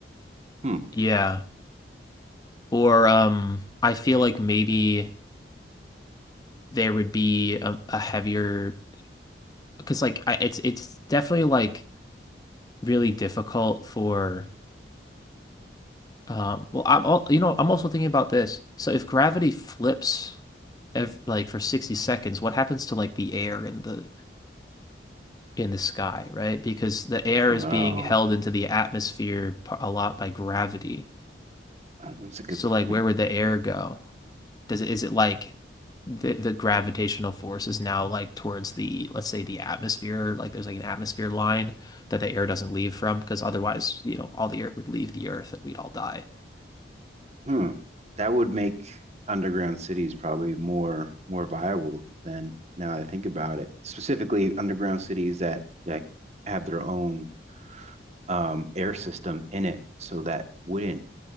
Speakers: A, on the right (about 35°); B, on the left (about 20°).
A: Hmm.
B: Yeah. Or um I feel like maybe there would be a, a heavier because like I, it's it's definitely like really difficult for um well I'm all, you know I'm also thinking about this. So if gravity flips ev like for 60 seconds, what happens to like the air in the in the sky, right? Because the air
A: Oh,
B: is being held into the atmosphere a lot by gravity.
A: that's a good
B: So
A: point.
B: like where would the air go? Does it is it like the the gravitational force is now like towards the let's say the atmosphere, like there's like an atmosphere line that the air doesn't leave from because otherwise, you know, all the air would leave the earth and we'd all die.
A: Hmm. That would make underground cities probably more more viable than now that I think about it. Specifically, underground cities that like have their own um, air system in it, so that wouldn't